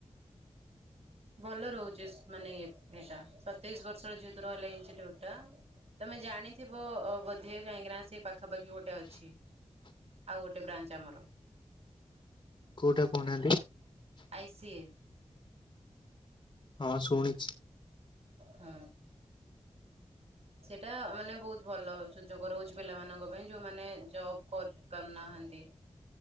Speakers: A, on the right; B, on the left.
A: ଭଲ ରହୁଚିସ୍ ମାନେ ଏଟା ସତେଇଶି ବର୍ଷ ତଯେହେତୁ ରହିଲା ଇନ୍ଷ୍ଟିଟ୍ୟୁଟ ଟା ତମେ ଜାଣିଥିବ ଅ ବୋଧେ? କାହିଁକିନା ସେ ପାଖାପାଖି ଗୋଟେ ଅଛି। ଆଉ ଗୋଟେ ବ୍ରାଞ୍ଚ ଆମର।
B: କୋଉଟା କହୁନାହାନ୍ତି?
A: ଆ ଇ ସି ଏ।
B: ହଁ ଶୁଣିଚି।
A: ହୁଁ। ସେଟା ମାନେ ବହୁତ ଭଲ ସୁଯୋଗ ରହୁଛି ପିଲାମାନଙ୍କ ପାଇଁ ଯୋଉମାନେ ଜବ୍ କର କରନାହାନ୍ତି।